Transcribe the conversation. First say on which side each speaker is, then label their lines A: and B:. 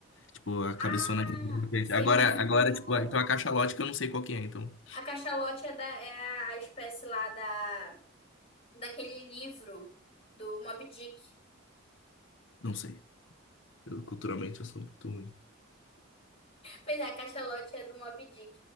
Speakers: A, on the left (about 60°); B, on the left (about 25°).
A: Tipo, a cabeçona
B: Ah,
A: que tem na frente.
B: você
A: Agora,
B: imaginou?
A: agora, tipo, então a cachalote que eu não sei qual que é, então.
B: A cachalote é, da, é a a espécie lá da, daquele livro do Moby Dick.
A: Não sei. Eu, culturalmente eu sou muito ruim.
B: Pois é, a Cachalote é do Moby Dick.